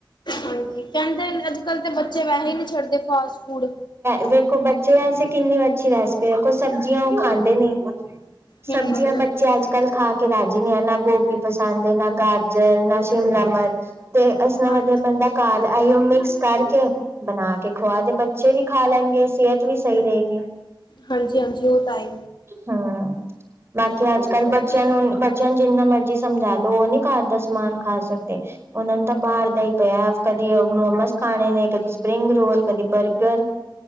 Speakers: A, on the left (about 65°); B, on the right (about 30°).
A: ਹਾਂਜੀ ਕਹਿੰਦੇ ਅੱਜ ਕੱਲ੍ਹ ਤੇ ਬੱਚੇ ਵੈਸੇ ਹੀ ਨਹੀਂ ਛੱਡਦੇ ਫਾਸਟ ਫੂਡ
B: ਦੇਖੋ ਬੈ ਬੱਚੇ ਵੈਸੇ ਕਿੰਨੀ ਅੱਛੀ ਰੈਸਪੀ ਦੇਖੋ, ਸਬਜ਼ੀਆਂ ਉਹ ਖਾਂਦੇ ਨੀ, ਸਬਜ਼ੀਆਂ
A: ਹਮ
B: ਬੱਚੇ ਅੱਜ ਕੱਲ ਖਾ ਕੇ ਰਾਜੀ ਨੇ ਆ, ਨਾ ਗੋਭੀ ਪਸੰਦ ਐ, ਨਾ ਗਾਜਰ ਨਾ ਸ਼ਿਮਲਾ ਮਿਰਚ ਤੇ ਇਸ ਨਾਲ
A: ਹਾਂਜੀ
B: ਵਧੀਆ ਬਣਦਾ, ਘਰ ਆਈਓ ਮਿਕਸ ਕਰਕੇ ਬਣਾ ਕੇ ਖੁਆ ਦੇ ਬੱਚੇ ਵੀ ਖਾ ਲੈਣਗੇ, ਸਿਹਤ ਵੀ ਸਹੀ ਰਹੇਗੀ।
A: ਹਾਂਜੀ ਹਾਂਜੀ ਉਹ ਤਾਂ ਹੈ
B: ਹੂੰ, ਬਾਕੀ ਅੱਜ-ਕੱਲ੍ਹ ਬੱਚਿਆਂ ਨੂੰ-ਬੱਚਿਆਂ ਨੂੰ ਜਿੰਨਾ ਮਰਜ਼ੀ ਜੀ ਸਮਝਾ ਲੋ ਉਹ ਨੀ ਘਰ ਦਾ ਸਮਾਨ ਖਾ ਸਕਦੇ, ਉਹਨਾਂ ਨੂੰ ਤਾਂ ਬਾਹਰ ਦਾ ਹੀ ਪਿਆ। ਕਦੀ ਮੋਮੋਜ਼ ਖਾਣੇ ਨੇ, ਕਦੀ ਸਪਰਿੰਗ ਰੋਲ, ਕਦੀ ਬਰਗਰ